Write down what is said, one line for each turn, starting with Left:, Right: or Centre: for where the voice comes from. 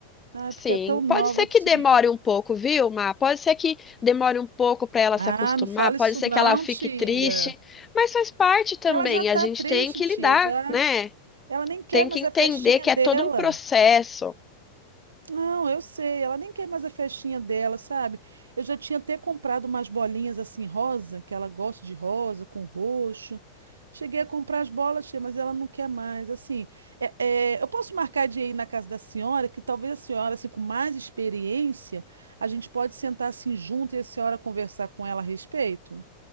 Right: Ah,
Left: Sim,
Right: porque é tão nova,
Left: pode ser
Right: tia.
Left: que demore um pouco, viu, Má? Pode ser que demore um pouco para ela
Right: Ah,
Left: se acostumar,
Right: não fala
Left: pode
Right: isso
Left: ser
Right: não,
Left: que ela fique
Right: tia.
Left: triste, mas faz parte também,
Right: Ela já tá
Left: a gente
Right: triste,
Left: tem que
Right: tia,
Left: lidar,
Right: já.
Left: né?
Right: Ela nem quer
Left: Tem
Right: mais
Left: que entender
Right: a festinha
Left: que
Right: dela.
Left: é todo um processo.
Right: Não, eu sei, ela nem quer mais a festinha dela, sabe? Eu já tinha até comprado umas bolinhas assim rosa, que ela gosta de rosa com roxo. Cheguei a comprar as bolas, tia, mas ela não quer mais. Assim, é- é, eu posso marcar de ir na casa da senhora, que talvez a senhora, assim, com mais experiência, a gente pode sentar assim junto e a senhora conversar com ela a respeito?